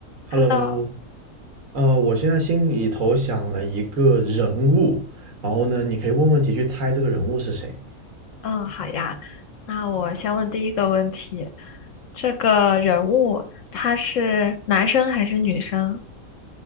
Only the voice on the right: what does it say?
Hello，
呃，我现在心里头想了一个人物，然后呢，你可以问问题去猜这个人物是谁。